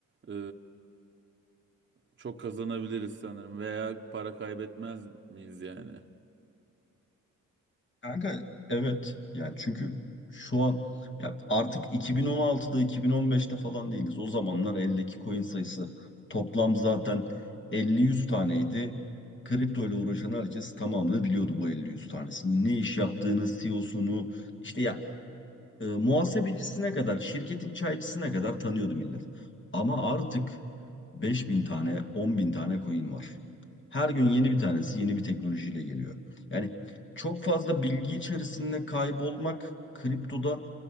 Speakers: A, on the right (about 35°); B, on the left (about 35°).
A: e, çok kazanabiliriz sanırım veya para kaybetmez miyiz yani?
B: Kanka evet yani çünkü şu an ya artık 2016'da 2015'te falan değiliz. O zamanlar eldeki coin sayısı toplam zaten elli yüz taneydi. Kripto ile uğraşan herkes tamamını biliyordu bu elli yüz tanesini. Ne iş yaptığını, CEO'sunu işte ya e, muhasebecisine kadar, şirketin çaycısına kadar tanıyordu millet. Ama artık beş bin tane, on bin tane coin var. Her gün yeni bir tanesi yeni bir teknolojiyle geliyor. Yani çok fazla bilgi içerisinde kaybolmak kriptoda